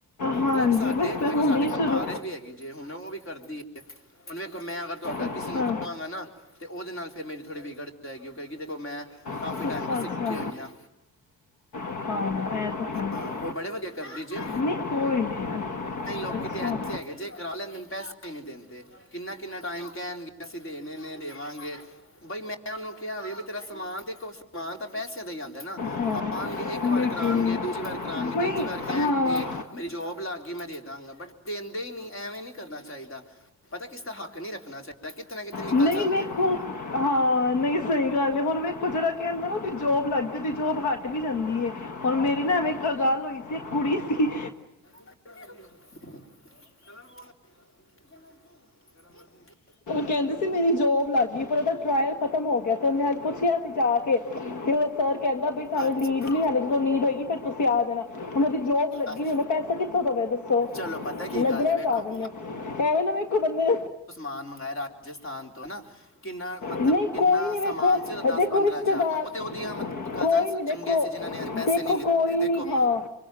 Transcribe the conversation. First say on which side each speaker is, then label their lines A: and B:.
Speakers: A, on the left; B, on the left.
A: ਹਾਂਜੀ
B: ਉਹ ਸਾਡੇ,
A: ਬਸ ਮੈਂ ਹੁਣੇ
B: ਸਾਡੇ ਘਰ
A: ਸ਼ੁਰੂ
B: ਵੀ ਹੈਗੀ ਜੇ। ਹੁਣ ਉਹ ਵੀ ਕਰਦੀ ਹੈ। ਉਹ ਵੇਖੋ ਮੈਂ ਅਗਰ ਤੁਹਾਡਾ
A: ਅੱਛਾ
B: ਕਿਸੇ ਨੂੰ ਕਵਾਂਗਾ ਨਾ, ਤੇ ਉਹਦੇ ਨਾਲ ਫਿਰ ਮੇਰੀ ਥੋੜ੍ਹੀ ਵਿਗੜ ਜਾਏਗੀ। ਉਹ ਕਹਗੀ ਦੇਖੋ ਮੈਂ ਕਾਫੀ
A: ਅੱਛਾ
B: ਟਾਈਮ ਤੋਂ ਸਿੱਖੀ
A: ਅੱਛਾ
B: ਆਣੀ ਹਾਂ।
A: ਇਹ ਤਾਂ ਹੈ
B: ਹਾਂ ਉਹ ਬੜੇ ਵਧੀਆ ਕਰਦੀ ਜੇ।
A: ਨਹੀਂ ਕੋਈ ਨਹੀਂ
B: ਲੋਕ
A: ਅੱਛਾ
B: ਕਿਤੇ ਐਸੇ ਹੈਗੇ ਜੇ, ਕਰਾ ਲੈਂਦੇ ਪੈਸੇ ਨੀ ਦਿੰਦੇ। ਕਿੰਨਾ, ਕਿੰਨਾ ਟਾਈਮ ਕਹਿਣਗੇ ਅਸੀਂ ਦੇਣੇ ਨੇ, ਦੇਵਾਂਗੇ, ਬਈ ਮੈਂ ਉਹਨੂੰ ਕਿਹਾ ਵੀ ਬ ਤੇਰਾ ਸਮਾਨ ਤੇ, ਸਮਾਨ ਤਾਂ ਪੈਸੇ ਦਾ ਹੀ ਆਉਂਦਾ ਨਾ
A: ਹਾਂ
B: ਆਉਣਗੇ। ਇੱਕ ਵਾਰ
A: ਲੇਕਿਨ
B: ਕਰਾਉਣਗੇ, ਦੂਜੀ ਵਾਰ ਕਰਾਉਣਗੇ,
A: ਬਈ
B: ਤੀਜੀ ਵਾਰ ਕਹਿਣਗੇ,
A: ਹਾਂ
B: ਮੇਰੀ ਜੋਬ ਲੱਗ ਗਈ ਮੈਂ ਦੇ ਬਟ ਦਿੰਦੇ ਹੀ ਨਹੀਂ। ਐਵੇਂ ਨਹੀਂੀ ਕਰਨਾ ਚਾਹੀਦਾ। ਪਤਾ ਕਿਸ ਦਾ ਹੱਕ ਨਹੀਂੀ ਰੱਖਣਾ ਚਾਹੀਦਾ। ਕਿਤੇ ਨਾ ਕਿਤੇ ਨਿਕਲ
A: ਨਹੀਂ
B: ਜਾਂਦਾ
A: ਵੇਖੋ,
B: ਹੈ।
A: ਹਾਂ! ਨਹੀਂ ਸਹੀ ਗੱਲ, ਹੁਣ ਮੇਖ ਕੁਝੜਾ ਕਹਿੰਦਰ ਜੋਬ ਲੱਗਦੀ ਜੋਬ ਹਟ ਵੀ ਜਾਂਦੀ ਹੈ ਹੁਣ ਮੇਰੀ ਨਾ, ਐਵੇਂ ਇੱਕ ਗੱਲ ਹੋਈ ਕਿਸੇ, ਕੁੜੀ ਸੀ!
B: ਲ ਗਰਮ ਆ।
A: ਕਹਿੰਦੇ ਸੀ ਮੇਰੀ ਜੋਬ ਲੱਗ ਗਈ ਪਰ ਉਹਦਾ ਟਰਾਇਲ ਖ਼ਤਮ ਹੋ ਗਿਆ ਤੇ ਉਹਨੇ ਅੱਜ ਪੁੱਛਿਆ ਸੀ ਜਾ ਕੇ ਤੇ ਉਹ ਸਰ ਕਹਿੰਦਾ ਬਈ ਸਾਨੂੰ
B: ਅੱਛਾ
A: ਲੀਡ ਨੀ ਹੇ ਜਦੋਂ ਲੀਡ ਹੋਏਗੀ ਫੇਿਰ ਤੁਸੀਂ ਆ ਜਾਣਾ ਉਹਨਾਂ ਦੀ ਜੋਬ ਲੱਗੀ
B: ਅੱਛਾ
A: ਨੀ ਉਹ ਪੈਸਾ ਕਿੱਥੋਂ ਦੇਵੇ ਦੱਸੋ
B: ਚਲੋ ਪਤਾ ਕੀ
A: ਨਜ਼ਰਿਆਂ
B: ਗੱਲ ਹੈ ਵੇਖੋ
A: ਚ ਆ ਜਾਂਦੇ ਐਵੇਂ ਨਾਖ ਬੰਦੇ
B: ਮੰਗਵਾਏ ਰਾਜਸਥਾਨ ਤੋਂ ਹਨਾ ਕਿੰਨਾ ਮਤਲਬ
A: ਨਹੀਂ
B: ਕਿੰਨਾ
A: ਕੋਈ ਨਹੀਂ ਵੇਖੋ
B: ਸਮਾਨ ਸੀ ਉਹਦਾ ਦਸ
A: ਦੇਖੋ
B: ਪੰਦਰਾਂ
A: ਰਿਸ਼ਤੇਦਾਰ
B: ਹਜ਼ਾਰ ਉਹ ਤੇ ਉਹਦੀਆਂ ਮਤਲਬ ਕਜ਼ਨਸ
A: ਕੋਈ ਨੀ ਦੇਖੋ
B: ਚੰਗੇ ਸੀ ਜਿਨ੍ਹਾਂ ਨੇ ਹਜੇ ਪੈਸੇ
A: ਦੇਖੋ
B: ਨਹੀਂ ਲਿੱਤੇ
A: ਕੋਈ
B: ਦੇਖੋ
A: ਨੀ ਹਾਂ